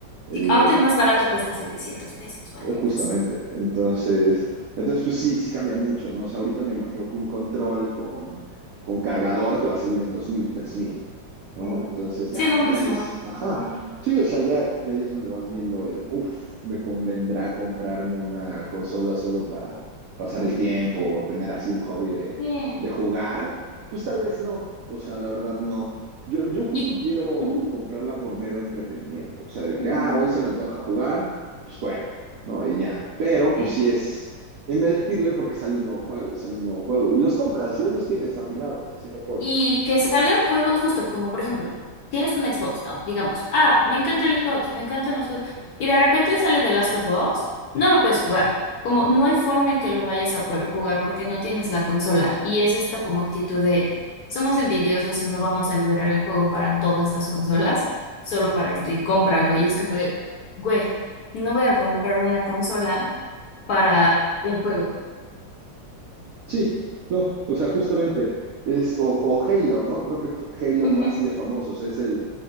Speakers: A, on the right; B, on the left.
A: Eh,
B: Sí, ahorita el más barato cuesta 700 pesos, maldita
A: justamente.
B: sea.
A: Entonces, entonces pues sí, sí cambia mucho, ¿no? O sea, ahorita me imagino que un control con, con cargador te va a salir en dos mil, tres mil. ¿no?
B: Ujú.
A: Entonces ya,
B: Sí, es lo mismo.
A: ya es, ajá.
B: Ujú.
A: Sí, o sea, ya, ya ahí es donde vas viendo el, uff, me convendrá comprarme una consola solo para pasar el tiempo o tener así un hobby de,
B: Sí.
A: de jugar. Pues tal vez no, o sea, la verdad no. Yo, yo justo
B: Y,
A: quiero
B: ujú,
A: comprarla por mero entretenimiento, o sea, de que,
B: ujú,
A: ah, hoy se me antoja jugar, pues juegue, ¿no? Y ya. Pero,
B: sí.
A: pues sí es invertirle porque sale un nuevo juego y sale un nuevo juego y los compras y ahí los tienes apilados, haciendo polvo.
B: Y que salgan juegos, justo como por ejemplo, tienes un Xbox, ¿no? Digamos, ah, me encanta el Xbox, me encantan los juegos. Y de repente sale The Last of Us, no lo puedes jugar. Como no hay forma en que lo vayas a poder jugar porque no tienes la consola. Y es esta como actitud de, somos envidiosos y no vamos a liberar el juego para todas las consolas, solo para esto y cómpralo. Y es como de, güey, no voy a comprar una consola para un juego.
A: Sí, no, o sea, justamente es, o, o Halo, ¿no? Creo que f- Halo
B: Ujú,
A: fue así de famoso, o sea, es el,